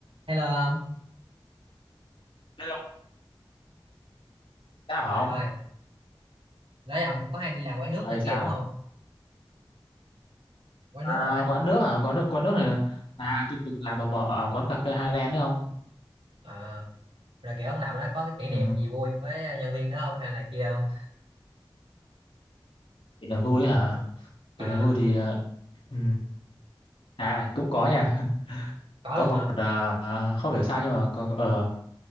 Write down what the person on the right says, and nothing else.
Hello ông,
trời
ơi, đấy ông cũng có hay đi làm quán nước
này
kia đúng không? Quán
nước rồi ấy.
Có-
À, rồi kiểu ông làm ở đó có cái kỷ
niệm gì vui với nhân viên đó không hay này kia không?
À,
có
luôn
hả?